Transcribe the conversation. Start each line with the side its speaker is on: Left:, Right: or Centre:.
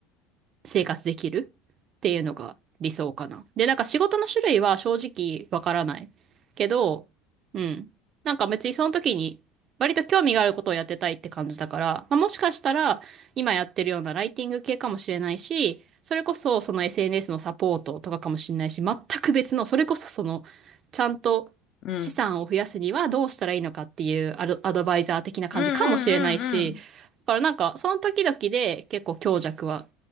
Right: 生活できるっていうのが理想かな。で、なんか仕事の種類は正直わからないけど、うん。なんか別にその時に割と興味があることをやってたいって感じだから、まあ、もしかしたら今やってるようなライティング系かもしれないし、それこそその SNS のサポートとかかもしれないし、全く別の、それこそその、ちゃんと資産を増やすにはどうしたらいいのかっていうアド、
Left: うん
Right: アドバイザー的な感じかもしれないし、
Left: うんうんうんうん。
Right: だからなんかその時々で結構強弱は